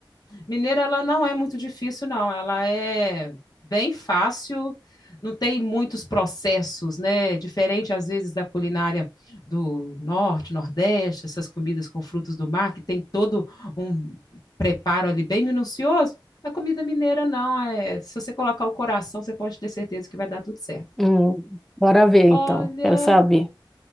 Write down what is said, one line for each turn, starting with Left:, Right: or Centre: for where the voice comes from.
Left: mineira ela não é muito difícil, não. Ela é bem fácil, não tem muitos processos, né? Diferente às vezes da culinária do norte, nordeste, essas comidas com frutos do mar que tem todo um preparo ali bem minucioso. A comida mineira não é. Se você colocar o coração, você pode ter certeza que vai dar tudo certo.
Centre: Hum, bora ver então.
Left: Olha,
Centre: Quero saber.
Left: o